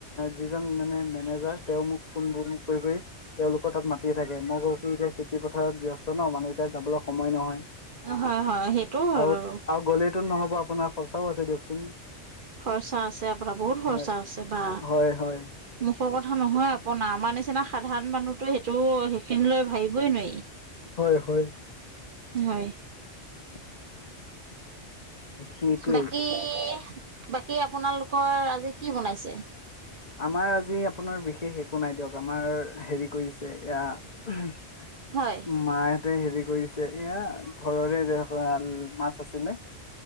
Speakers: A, on the left (about 40°); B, on the right (about 50°).
A: যিজন মানে মেনেজাৰ তেওঁ মোক <unintelligible> ফোনবোৰ কৰি-কৰি <unintelligible> তেওঁলোকৰ তাত মাতিয়ে থাকে। মই কওঁ কি এতিয়া খেতি পথাৰত ব্যস্ত ন' মানুহ এতিয়া যাবলৈ সময় নহয়। <unintelligible>
B: হয়, হয়, সেইটোও হয়
A: আৰু-আৰু
B: বাৰু।
A: গ'লেতো নহ'ব আপোনাৰ খৰচাও আছে দিয়কচোন। <unintelligible>
B: খৰচা আছে আপোনাৰ, বহুত খৰচা
A: হয়
B: আছে বা
A: হয় হয়
B: মুখৰ কথা নহয় আ <unintelligible> আপোনাৰ আমাৰ নিচিনা সাধাৰণ মানুহতো সেইটো সেইখিনি লৈ ভাবিবই নোৱাৰি। <unintelligible>
A: হয়-হয়। <unintelligible>
B: হয়। <inaudible>
A: <unintelligible> সেইটোৱেই
B: বাকী-বাকী আপোনালোকৰ আজি কি বনাইছে? <unintelligible>
A: আমাৰ আজি আপোনাৰ বিশেষ একো নাই দিয়ক। আমাৰ হেৰি কৰিছে এয়া <unintelligible> <unintelligible>
B: হয়। <unintelligible>
A: মাহঁতে হেৰি কৰিছে এয়া ঘৰৰে <unintelligible> মাছ আছিলে।